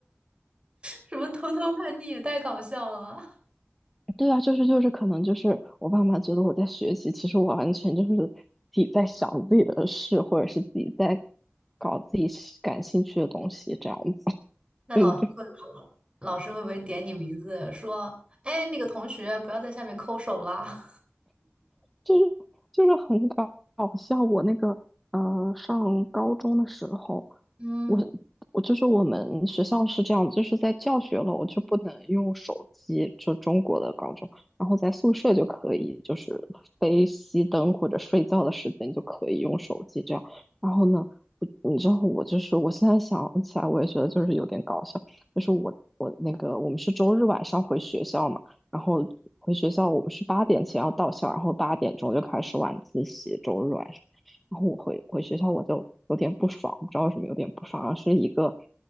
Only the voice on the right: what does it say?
什么偷偷叛逆也太搞笑了。
那老师会不会，
老师会不会点你名字说，哎，那个同学不要在下面抠手啦？
<laughs> 嗯，